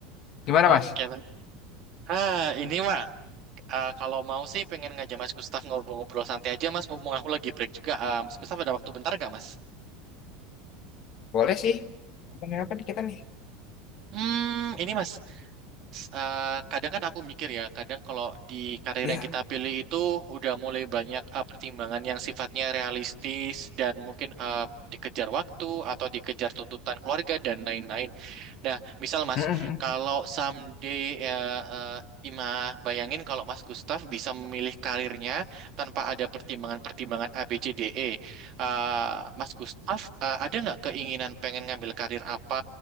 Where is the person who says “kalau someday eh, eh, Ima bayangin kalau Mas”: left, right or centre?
Right